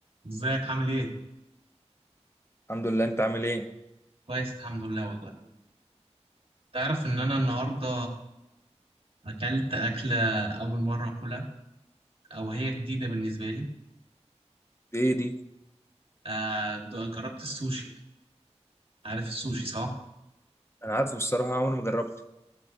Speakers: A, on the right; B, on the left.
A: ازيك عامل ايه؟
B: الحمد لله انت عامل ايه
A: كويس الحمد لله والله تعرف ان انا النهارده اكلت اكله اول مره اكلها او هي جديده بالنسبه لي
B: ايه دي
A: آه د- جربت السوشي عارف السوشي صح؟
B: انا عارفه بصراحه عمري ما جربته